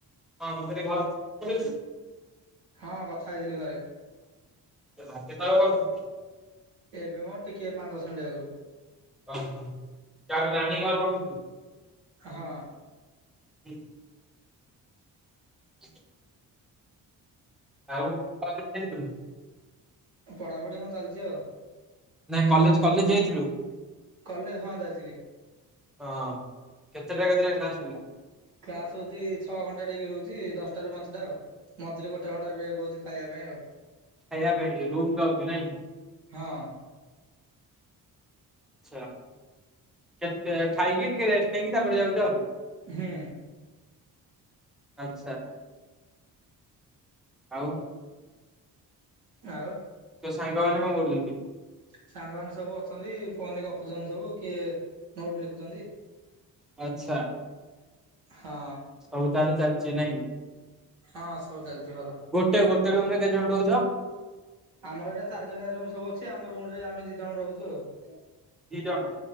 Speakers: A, in the centre; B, on the right.
A: ହଁ ଗୋଟେ <unintelligible>
B: ହଁ କଥା ହେଇଥିଲି ଘରେ।
A: <unintelligible> ମତେ ତ କଲ୍ କଲୁ।
B: ଏବେ ମ ଟିକେ ପାଞ୍ଚ୍ ଦଶ ମିନିଟ୍ ଆଗରୁ।
A: <unintelligible>
B: ହଁ।
A: ଉଁ <inaudible> ଆଉ <unintelligible>
B: ପଢ଼ାପଢ଼ି ହଁ ଚାଲିଚି ଆଉ।
A: ନାଇଁ କଲେଜ କାଲି ଯାଇଥିଲୁ?
B: କଲେଜ ହଁ ଯାଇଥିଲି।
A: ହଁ କେତେଟା କେତେନେଖା କ୍ଲାସ୍ ହେଲା?
B: କ୍ଲାସ ହଉଚି ଛଅ ଘଣ୍ଟା ଡ଼େଲି ହଉଚି ଦଶଟା ରୁ ପାଞ୍ଚଟା ଆଉ। ମଝିରେ ଗୋଟେ ଘଣ୍ଟା ବ୍ରେକ୍ ହଉଚି ଖାଇବା ପାଇଁ ଆଉ।
A: ଖାଇାବା ପାଇଁକି ରୁମ୍ କୁ ଆଉଚୁ ନାଇଁ।
B: ହଁ।
A: ଆଛା କେତେ ଆ ଖାଇକି ଟିକେ ରେଷ୍ଟ୍ ନେଇକି ତାପରେ ଯାଉଚୁ ଆଉ।
B: ହୁଁ।
A: ଆଚ୍ଛା। ଆଉ
B: ନା ଆଉ
A: ତ ସାଙ୍ଗମାନେ କଣ କରୁଛନ୍ତି?
B: ସାଙ୍ଗମାନେ ସବୁ ଅଛନ୍ତି ଫୋନ ରେ ଗପୁଛନ୍ତି ସବୁ କିଏ ନୋଟ ଲେଖୁଛନ୍ତି।
A: ଆଚ୍ଛା।
B: ହଁ।
A: ସବୁ ତାହେଲେ ଚାଲିଚି ନାଇଁ?
B: ହଁ ସବୁ ଚାଲିଛି ଭଲ।
A: ଗୋଟେ ଗୋଟେ ରୁମରେ କେତେ ଜଣ ରହୁଛ?
B: ଆମର ଏଇଟା ଚାରି ଜଣିଆ ରୁମ ସବୁ ଅଛି ଆମ ରୁମ ରେ ଆମେ ଦି ଜଣ ରହୁଛୁ ଆଉ।
A: ଦି ଜଣ।